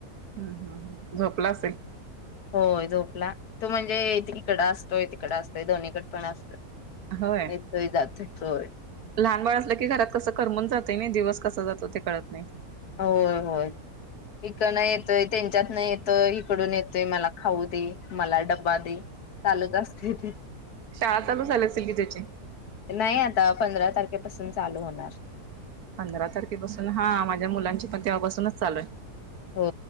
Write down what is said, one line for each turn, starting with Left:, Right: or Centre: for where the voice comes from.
Right: हम्म हम्म झोपला असेल
Left: होय झोपला तू म्हणजे तीकड अस तोय तिकड असतय दोन्हीकड पण असत
Right: होय
Left: येतोय जातोय होय.
Right: लहान बाळ असलं की घरात कसं करमून जातंय नाही दिवस कसा जातो ते कळतं नाही.
Left: हो होय इकड नाही येतोय त्यांच्यात नाही येतोय इकडून येतोय मला खाऊ दे, मला डब्बा दे. चालत असते.
Right: शाळा चालू झाली असेल की त्याची
Left: नाही आता पंधरा तारखेपासून चालू होणार.
Right: पंधरा तारखेपासून हा माझ्या मुलांची पण तेव्हापासूनच चालू आहे.
Left: हो